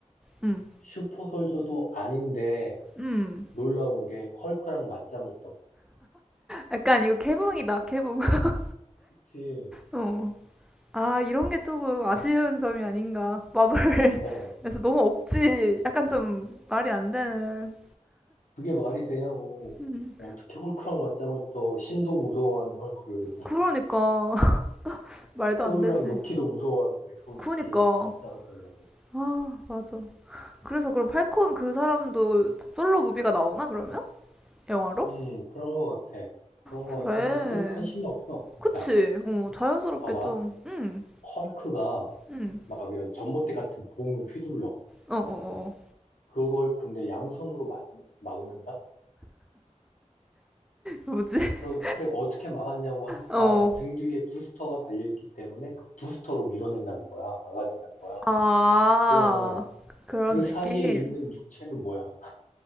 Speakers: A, in the centre; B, on the left.
A: 음,
B: 슈퍼솔저도 아닌데
A: 음.
B: 놀라운 게 헐크랑 맞짱을 떠.
A: 약간 이거 개봉이다, 개봉. <laughs>
B: 그치.
A: 어. 아, 이런 게 조금 아쉬운 점이 아닌가. 마블에서
B: 어,
A: <laughs> 너무 억지, 약간 좀 말이 안 되는.
B: 그게 말이 되냐고.
A: 음.
B: 어떻게 헐크랑 맞짱을 떠 신도 무서워하는 헐크를. <laughs>
A: 그러니까 <laughs> 말도
B: 토르랑
A: 안 되지.
B: 로키도 무서워하는데 그걸
A: 그러니까.
B: 어떻게 맞짱을 떠냐고.
A: 아, 맞아. 그래서 그럼 팔콘 그 사람도 솔로 무비가 나오나 그러면? 영화로?
B: 음, 그런 거 같아. 그런 거
A: 그래.
B: 같은데 별 관심이 없어.
A: 그치.
B: 야,
A: 어, 자연스럽게
B: 봐봐.
A: 좀. 음,
B: 헐크가
A: 음.
B: 막 이런 전봇대 같은 봉을 휘둘러.
A: 어어어.
B: 그걸 근데 양손으로 막는, 막는다?
A: 뭐지?
B: 그래,
A: <laughs>
B: 그래, 어떻게 막았냐고 하니까
A: 어.
B: 등 뒤에 부스터가 달려있기 때문에 그 부스터로 밀어낸다는 거야. 막아낸다는 거야.
A: 아,
B: 그러면
A: 그런
B: 그
A: 느낌?
B: 사이에 있는 육체는 뭐야?